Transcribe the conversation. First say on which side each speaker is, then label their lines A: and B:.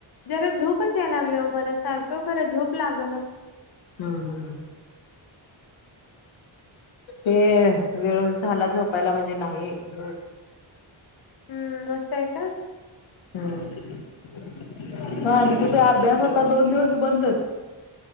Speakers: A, on the left (about 55°); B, on the left (about 80°).
A: जरा झोपच याय लागली हो मला सारखं, खरं झोप लाग ना.
B: हम्म हम्म हम्म. ते वेळ झाला झोपायला म्हणजे नाही होत.
A: हम्म असय काय?
B: हम्म म आधी तुझा अभ्यास आता दोन दिवस बंदच?